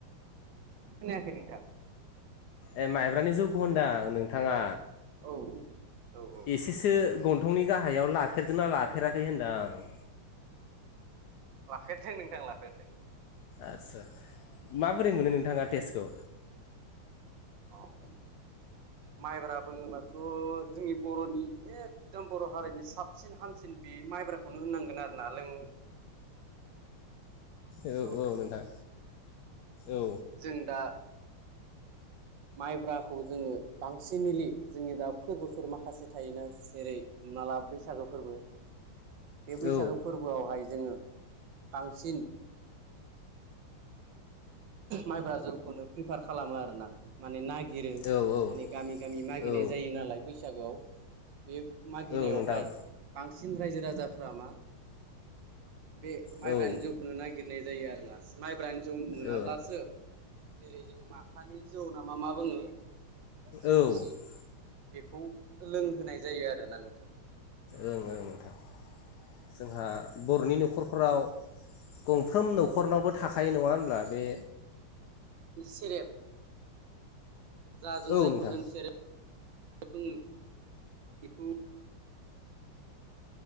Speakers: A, on the right; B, on the left.
A: खोनायाखै नोंथां।
B: ए माइब्रानि जौखौ होनदां नोंथाङा।
A: औ औ औ
B: एसेसो गन्थंनि गाहायाव लाफेरदोंना लाफेराखै होनदांं?
A: लाफेरदों नोंथां लाफेरदों।
B: आतसा माबोरै मोनो नोंथाङा टेस्टखौ?
A: औ माइब्रा बुङोबाथ' जोंनि बर'नि एकदम बर' हारिनि साबसिन हामसिन बे माइब्राखौनो होननांगोन आरो ना लों
B: औ
A: जौ
B: औ नोंथां औ।
A: जों दा माइब्राखौ जोङो बांसिन मिलि जोंनि दा फोरबोफोर माखासे थायोना जेरै हमना ला बैसागो फोरबो बे बैसागो
B: औ
A: फोरबो फोरावहाय जोङो बांसिन माइब्रा जौखौनो प्रिफार खालामो आरोना। माने नागिरो
B: औ
A: माने गामि गामि नागिरनाय
B: औ
A: जायो नालाय बैसागो आव बे मागिनायावहाय
B: औ नोंथां
A: बांसिन रायजो राजाफ्रा मा बे माइब्रानि
B: औ ओं
A: जौखौनो नागिरनाय जायो आरो ना। माइब्रानि जौ मोनाब्लासो
B: औ
A: जेरै जों माथानि जौ नामा मा बुङो जौ
B: ओं
A: गिसि बेखौ लोंहोनाय जायो आरोना नोंथां।
B: ओं ओं नोंथां जोंहा बर'नि न'खरफोराव गंफ्रोम न'खरनावबो थाखायो नङा होनब्ला बे
A: सेरफ जा जों
B: औ
A: जायखौ
B: नोंथां
A: जों सेरफ बुङो बेखौ